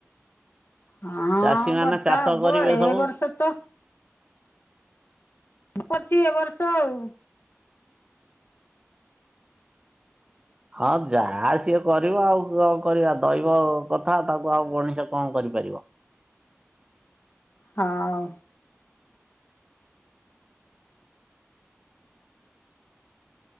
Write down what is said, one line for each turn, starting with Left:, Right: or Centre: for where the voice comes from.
Left: ହଁ
Right: ଚାଷୀ ମାନେ
Left: ବର୍ଷା
Right: ଚାଷ
Left: ହବ
Right: କରିବେ
Left: ଏ
Right: ସବୁ।
Left: ବର୍ଷ ତ ପଚିଏ ବର୍ଷ ଆଉ
Right: ହଁ ଯାହା ସିଏ କରିବ ଆଉ କଣ କରିବା ଦ‌ଇବ କଥା ତାକୁ ଆଉ ମଣିଷ କଣ କରିପାରିବ।
Left: ହଉ।